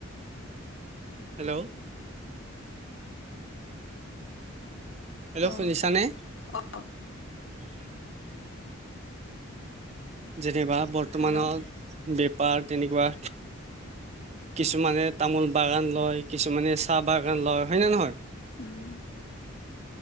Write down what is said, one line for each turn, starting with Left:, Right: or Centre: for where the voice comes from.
Right: হেল্ল'? হেল্ল'
Left: অঁ
Right: শুনিছনে?
Left: অঁ
Right: যেনেবা বৰ্তমানৰ
Left: হেল্ল'
Right: বেপাৰ তেনেকুৱা। কিছুমানে তামোল বাগান লয়, কিছুমানে চাহ বাগান লয়, হয় নে নহয়?
Left: উম,